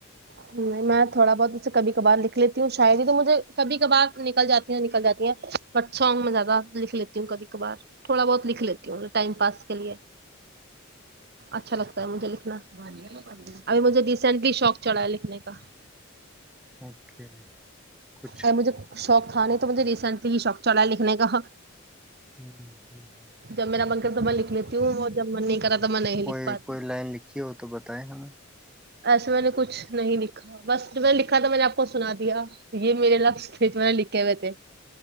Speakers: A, on the right; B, in the centre.
A: <inaudible> تھوڑا بہت اسے کب کبار لکھ لیتے ہ شاید ہی تو مجھے کبھی کبار نکل جاتی ہیں نکل جاتی ہیں بٹ سانگ میں زیادہ لکھ لیتی ہوں کبھی کبھار تھوڑا بہت لکھ لیتی ٹائم پاس کے لیے اچھا لگتا ہے مجھے لکھنا ابھی مجھے ریسینٹلی شوق چڑھا ہے لکھنے کا
B: اوکے کچھ
A: اور مجھے شوق کھانے تو مجھے ریسنٹ پ شوب چڑھا ہے لکھنے کا
B: <inaudible>
A: جب میرا بن کر توبا لکھ لیتی ہوں وہ جب من نہیں کرا تو میں نہیں
B: کوئی
A: لکھ پاتی
B: کوئی لائن لکھی ہو تو بتیں ہمیں
A: ایسے میں نے کچھ نہیں لکھا بس جب میں نے لکھا تھا میں نے آپ کو سنا دیا یہ میرے لفظ تھے جو میں نے لکھے ہوئے تھے